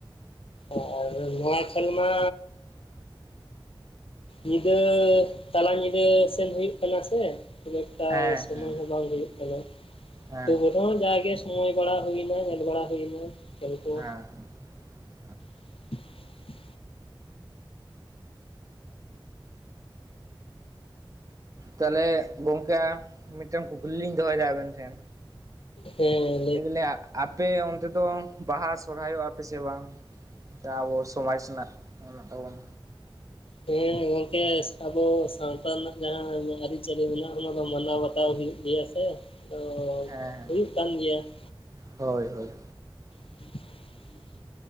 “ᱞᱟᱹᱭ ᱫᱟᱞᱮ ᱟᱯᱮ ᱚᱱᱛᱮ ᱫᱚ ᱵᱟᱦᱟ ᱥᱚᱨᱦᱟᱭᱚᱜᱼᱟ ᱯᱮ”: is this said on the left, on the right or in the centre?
Right